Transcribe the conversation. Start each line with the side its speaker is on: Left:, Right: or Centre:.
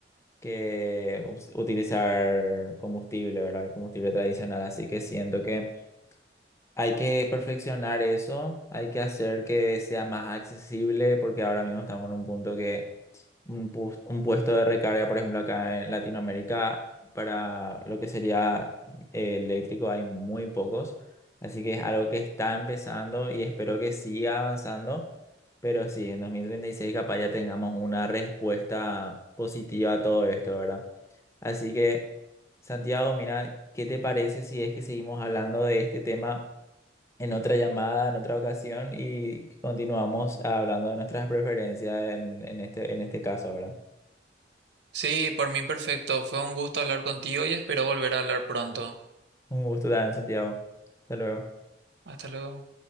Left: que us- utilizar combustible, ¿verdad? El Combustible tradicional. Así que siento que hay que perfeccionar eso, hay que hacer que sea más accesible porque ahora mismo estamos en un punto que un, pu- un puesto de recarga, por ejemplo, acá en Latinoamérica, para lo que sería eh, eléctrico hay muy pocos, así que es algo que está empezando y espero que siga avanzando, pero sí, en 2036 capaz ya tengamos una respuesta positiva a todo esto, ¿verdad? Así que, Santiago, mira, ¿qué te parece si es que seguimos hablando de este tema? en otra llamada, en otra ocasión y continuamos hablando de nuestras preferencias en, en este, en este caso, ¿verdad?
Right: Sí, por mí perfecto. Fue un gusto hablar contigo y espero volver a hablar pronto.
Left: Un gusto también, Santiago. Hasta luego.
Right: Hasta luego.